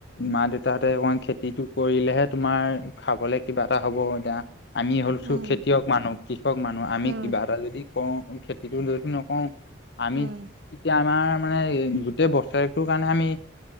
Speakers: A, on the left; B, on the right.
A: মা দেউতা তাহতে অকণ খেতিটো কৰিলেহে তোমাৰ খাবলে কিবা এটা হব এতিয়া আমি হ'লছো
B: উম
A: খেতিয়ক মানুহ কৃষক মানুহ আমি
B: উম
A: কিবা এটা যদি কওঁ খেতিতো য নকওঁ আমি
B: উম
A: এতিয়া আমাৰ মানে গোটেই বছৰেটোৰ কাৰণে আমি